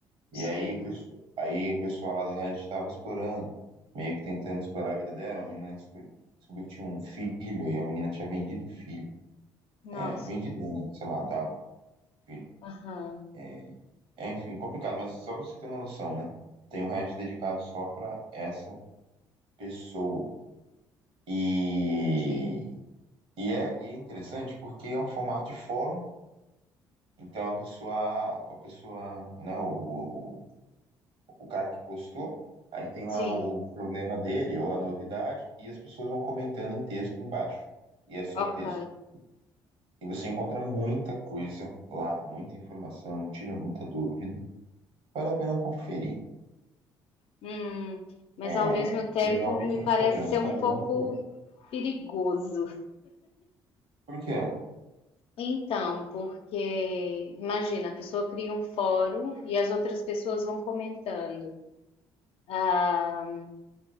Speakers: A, on the right; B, on the left.
A: E
B: sim.
A: aí o pessoal, aí o pessoal lá do Reddit estava explorando, meio que tentando explorar a vida dela. A menina desco- descobriu que tinha um filho e a menina tinha vendido o filho.
B: Nossa,
A: É, vendido, né? Sei lá, dado o filho.
B: aham,
A: É, é, enfim, complicado, mas só pra você ter uma noção, né? Tem um Reddit dedicado só pra essa pessoa. E,
B: entendi.
A: e, é, e é interessante porque é um formato de fórum. Então a pessoa, a pessoa, né, o, o cara que postou, aí tem
B: Sim,
A: lá o problema dele ou a novidade, e as pessoas vão comentando em texto embaixo. E é só
B: ok.
A: texto. E você encontra muita coisa lá, muita informação, tira muita dúvida. Vale a pena conferir.
B: Hum, mas
A: É
B: ao mesmo tempo
A: melhor
B: me
A: do que o
B: parece
A: Instagram. Instagram
B: ser um pouco
A: é pior.
B: perigoso.
A: Por quê?
B: Então, porque imagina, a pessoa cria um fórum e as outras pessoas vão comentando. Ah,